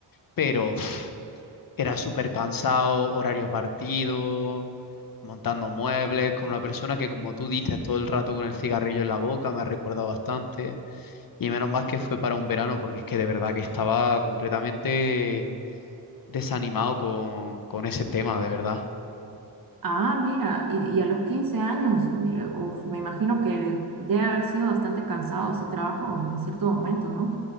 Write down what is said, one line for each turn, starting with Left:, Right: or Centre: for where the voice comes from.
Left: pero pf, era súper cansado, horario partido, montando muebles con una persona que, como tú dices, todo el rato con el cigarrillo en la boca, me ha recordado bastante. Y menos mal que fue para un verano, porque es que de verdad que estaba completamente desanimado con, con ese tema, de verdad.
Right: Ah, mira, y, y a los 15 años, mira, uf, me imagino que debe haber sido bastante cansado ese trabajo en cierto momento, ¿no?